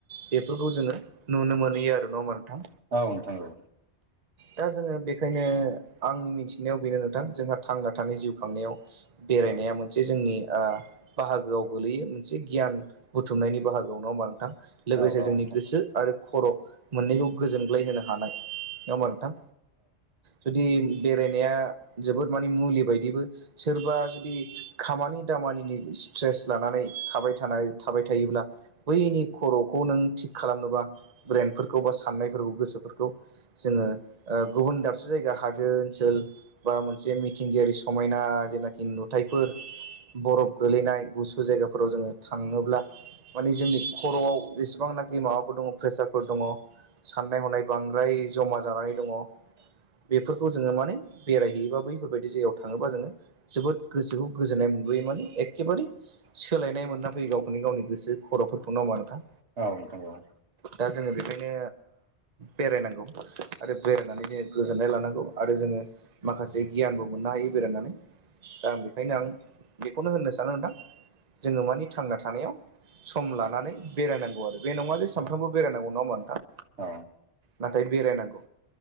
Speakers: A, on the right (about 40°); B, on the right (about 85°).
A: बेफोरखौ जोङो नुनो मोनहैयो आरो नडा होनबा नोंथां।
B: औ नोंथां औ।
A: दा जोङो बेखायनो आंनि मिथिनायाव बेनो नोंथां जोंहा थांना थानाय जिउ खांनायाव। बेरायनाया
B: औ
A: मोनसे ओ जोंनि बाहागोआव गोलैयो मोनसे गियान बुथुमनायनि बाहागोआवनाव मा नोंथां लोगोसे
B: औ नोंथां
A: जोंनि गोसो आरो खर' मोननैखौ गोजोनग्लाय होनांगोन। हानाय नङा होमबा नोंथां जुदि बेरायनाया जोबोद माने मुलि बायदिबो सोरबा जुदि खामानि। खामानिनि स्ट्रेस लानानै। थाबाय थानाय थाबाय थायोब्ला बैनि खर'खौ नों थिग खालामनोबा। ब्रेन्डफोरखौ बा साननायफोरखौ गोसो जोङो ओ गुबुन दाब से जायगा हाजो ओनसोल बा मोनसे मिथिंगायारि समायना जेनाखि नुथायाइफोर बरफ गोलैनाय गुसु जायगाफोराव जोङो थाङोब्ला। मानि जोंनि खर'आव जेसेबांनाखि माबाफोर दङ प्रेसारफोर दङ साननाय हनाय। बांद्राय जमा जानानै दङ बेफोरखौ जोङो माने बेरायहैयोबा। बैफोरबायदि जायायाव थाङोबा जोङो जोबोद गोसोखौ गोजोन्नाय मोनबोयो माने। एखेबारे सोलायनाय मोनना फैयो गावखौनो गावनि गोसो खर'फोरखौ नङा होमबा नोंथां।
B: औ नोंथां औ।
A: दा जोङो बेखायनो बेरायनांगौ। आरो बेरायनानै जोङो गोजोननाय लानांगौ आरो जोङो माखासे गियानबो मोननो हायो बेरायनानै। दा आं बेखायनो आं बेखौनो होननो सानो नोंथां जोङो मानि थांना थानायाव। सम लानानै बेरायनांगौ आरो बे नङा जे सानफ्रोमबो बेरायनांगौ नङा होमबा नोंथां।
B: औ
A: नाथाय बेरायनांगौ